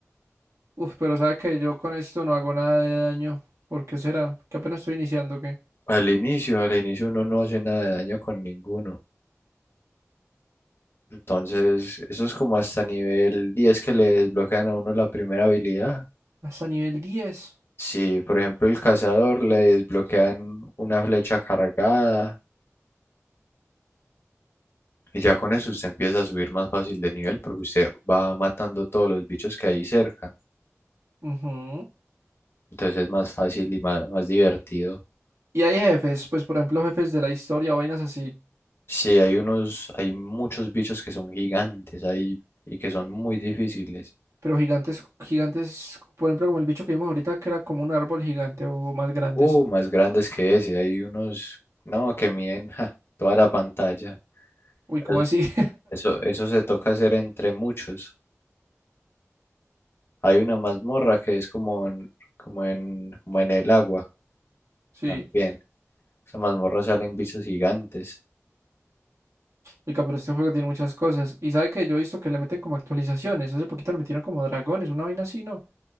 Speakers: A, on the right; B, on the left.
A: Uf, pero sabe que yo con esto no hago nada de daño. ¿Por qué será? Que apenas estoy iniciando, ¿o ¿qué?
B: Al inicio, al inicio uno no hace nada de daño con ninguno. Entonces, eso es como hasta nivel 10 que le desbloquean a uno la primera habilidad.
A: Hasta nivel diez,
B: Si, por ejemplo, el cazador le desbloquean una flecha cargada y ya con eso usted empieza a subir más fácil de nivel porque usted va matando todos los bichos que hay cerca.
A: Ujú.
B: Entonces es más fácil y más, más divertido.
A: Y hay jefes, pues por ejemplo jefes de la historia, vainas así,
B: Sí, hay unos, hay muchos bichos que son gigantes ahí y que son muy difíciles.
A: pero gigantes, gigantes, por ejemplo como el bicho que vimos ahorita que era como un árbol gigante o más grandes.
B: Uh, más grandes que ese. Hay unos, no, que miden ja, toda la pantalla.
A: Uy,
B: Pero
A: ¿cómo así? <laughs>
B: Eso, eso se toca hacer entre muchos. Hay una mazmorra que es como en, como en, como en el agua
A: Sí,
B: también. Esa mazmorra salen bichos gigantes.
A: oiga, pero este juego tiene muchas cosas. Y sabe que yo he visto que le meten como actualizaciones, hace poquito le metieron como dragones, una vaina así, ¿no?